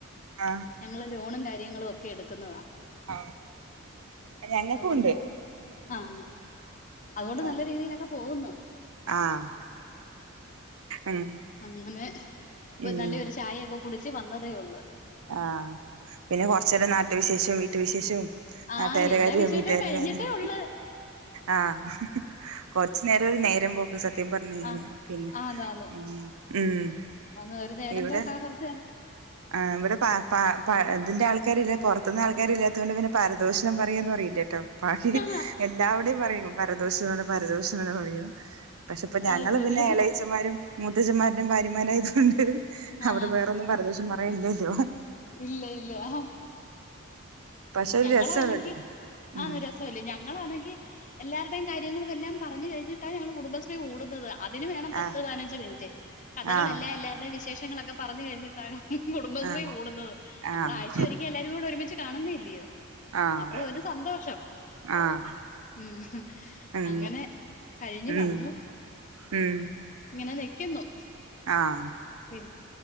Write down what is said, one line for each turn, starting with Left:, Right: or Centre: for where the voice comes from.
Right: ആഹ്
Left: ഞങ്ങൾ ലോണും കാര്യങ്ങളും ഒക്കെ എടുക്കുന്നതാ
Right: ആഹ് ഞങ്ങക്കും
Left: അതുകൊണ്ട്
Right: ഉണ്ട്
Left: ആഹ് അതുകൊണ്ട്
Right: ആഹ്
Left: നല്ല രീതിയിലൊക്കെ പോവുന്ന്
Right: ആഹ് ഉം
Left: അങ്ങനെ ഒര്
Right: ഉം
Left: നല്ലൊരു ചായെഒക്കെ കുടിച്ച് വന്നതേള്ളൂ
Right: ആഹ് പിന്നെ കൊറച്ച് നേരം നാട്ടു വിശേഷവും വീട്ടു വിശേഷവും
Left: ആ
Right: നാട്ടുകാരെ
Left: എല്ലാ
Right: കാര്യം
Left: വിശേഷവും
Right: വീട്ടുകാര
Left: കഴിഞ്ഞിട്ടേ
Right: കാര്യം
Left: ഉള്ള്.
Right: ആഹ് കൊറച്ചു നേരം ഒര് നേരം പോക്ക്‌ സത്യം പറഞ്ഞ് കഴിഞ്ഞാ
Left: ആ.
Right: പിന്നെ
Left: ആന്നാന്ന്.
Right: ഉം ഉം
Left: അന്ന് ഒരു നേരം
Right: ഇവിടെ
Left: പോക്കാ കൊറച്ചു നേരം
Right: ആഹ് ഇവിടെ പ പ പ ഇതിന്റെ ആൾക്കാരില്ല പൊറത്ത്ന്ന് ആൾക്കാര് ഇല്ലാത്തോണ്ട് പിന്നെ പരദോഷ്ണം പറയാന്ന് പറയില്ലേ ബാക്കി
Left: ആ,
Right: എല്ലാവിടെയും പറയും പരദോഷണം ആണ് പരദോഷണംആണ് പറയും പക്ഷെ ഇപ്പം ഞങ്ങൾ
Left: അത് ശരി.
Right: പിന്നെ എളേച്ചന്മാരും മൂത്തച്ഛന്മാ രുടേം ഭാര്യമാരായതോണ്ട്
Left: ആ.
Right: അവിടെ വേറൊന്നും പരദോഷണം പറയാൻ ഇല്ലല്ലോ
Left: ഇല്ല ഇല്ല ആഹ്
Right: പക്ഷെ ഒരു
Left: ഞങ്ങളാണെങ്കിൽ
Right: രസാണ് കേട്ടോ ഉം
Left: ആഹ് രസ ത്തെല്ലെ ഞങ്ങളാണെങ്കിൽ എല്ലാര്ടെയും കാര്യങ്ങളും എല്ലാം പറഞ്ഞു കഴിഞ്ഞിട്ടാ ഞങ്ങൾ കുടുംബശ്രീ കൂടുന്നത് അതിന് വേണം പത്ത്
Right: ആഹ്
Left: പതിനഞ്ച് മിനിറ്റ് കഥകളെല്ലാം
Right: ആഹ്
Left: എല്ലാര്ടെ വിശേഷങ്ങളൊക്കെ പറഞ്ഞു കഴിഞ്ഞ് കുടുംബശ്രീ
Right: ആഹ്
Left: കൂടുന്നത് നമ്മള്
Right: ആഹ്
Left: ആഴ്ച്ചെ ഒരിക്ക എല്ലാരൂടെ ഒരുമിച്ച് കാണുന്നെ അല്ലിയോ
Right: ആഹ്
Left: അപ്പൊ ഒരു സന്തോഷം
Right: ആഹ്
Left: ഉം
Right: ഉം
Left: അങ്ങനെ കഴിഞ്ഞു
Right: ഉം
Left: വന്നു
Right: ഉം
Left: ഇങ്ങനെ നിക്കുന്നു
Right: ആഹ്
Left: പി